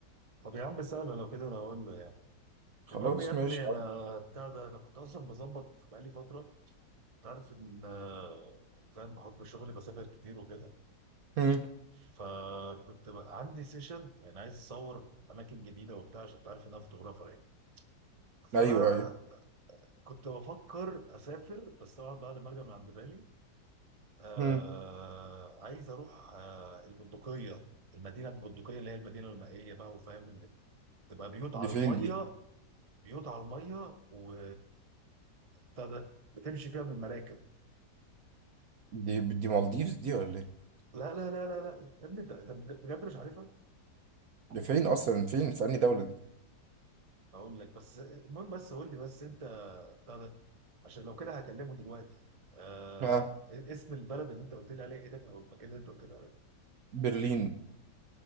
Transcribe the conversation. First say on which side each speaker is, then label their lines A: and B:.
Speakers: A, on the right (about 30°); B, on the right (about 60°).
A: طب يا عم سهله لو كده انا اقول له يعني
B: خلاص
A: المهم يا ابني
B: ماشي
A: انا بتاع ده انا كنت اصلا بظبط بقالي فتره تعرف ان آه، فاهم بحكم شغلي بسافر كتير وكده
B: مم.
A: فكنت بقى عندي سيشن يعني عايز اصور اماكن جديده وبتاع عشان تعرف ان انا فوتوغرافر يعني فكنت
B: ايوه ايوه
A: بفكر اسافر بس طبعا بعد ما ارجع من عند بالي آه
B: مم.
A: عايز اروح آه البندقيه المدينه البندقيه اللي هي المدينه المائيه بقى وفاهم اللي تبقى بيوت على
B: دي فين
A: الميه
B: دي
A: بيوت على الميه و بتاع ده بتمشي فيها بالمراكب
B: دي دي مالديفز دي ولا ايه
A: لا لا لا لا لا يا ابني انت أنت بجد مش عارفها
B: دي فين اصلا فين في انهي دولة دي
A: اقول لك بس المهم بس قول لي بس انت بتاع ده عشان لو كده هكلمه دلوقتي آه
B: آه.
A: اسم البلد اللي انت قلت لي عليها ايه تاني او المكان اللي انت قلت لي عليه
B: برلين